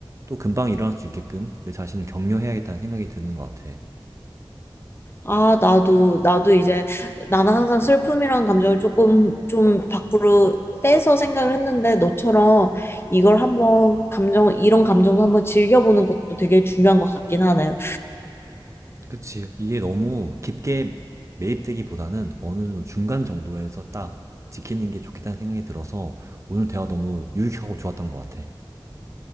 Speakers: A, on the right (about 35°); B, on the left (about 25°).
A: 또 금방 일어날 수 있게끔 내 자신을 격려해야겠다는 생각이 드는 것 같아.
B: 아, 나도, 나도 이제, 나는 항상 슬픔이란 감정을 조금, 좀 밖으로 떼서 생각을 했는데, 너처럼 이걸 한번, 감정, 이런 감정도 한번 즐겨보는 것도 되게 중요한 것 같긴 하네.
A: 그치. 이게 너무 깊게 매입되기보다는 어느 정도 중간 정도에서 딱 지키는 게 좋겠다는 생각이 들어서 오늘 대화 너무 유익하고 좋았던 것 같아.